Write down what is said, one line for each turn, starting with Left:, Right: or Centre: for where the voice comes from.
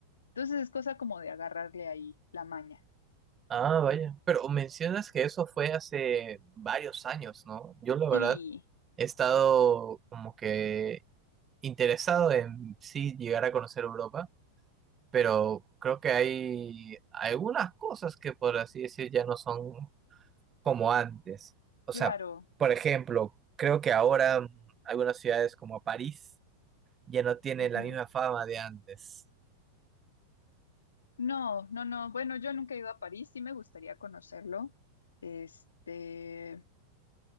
Left: Entonces es cosa como de agarrarle ahí la maña.
Right: Ah, vaya. Pero mencionas que eso fue hace varios años, ¿no? Yo la verdad
Left: Sí,
Right: he estado como que interesado en sí llegar a conocer Europa, pero creo que hay algunas cosas que por así decir ya no son como antes. O
Left: claro.
Right: sea, por ejemplo, creo que ahora mm, algunas ciudades como París ya no tienen
Left: ujú.
Right: la misma fama de antes.
Left: No, no, no. Bueno, yo nunca he ido a París, sí me gustaría conocerlo. Este,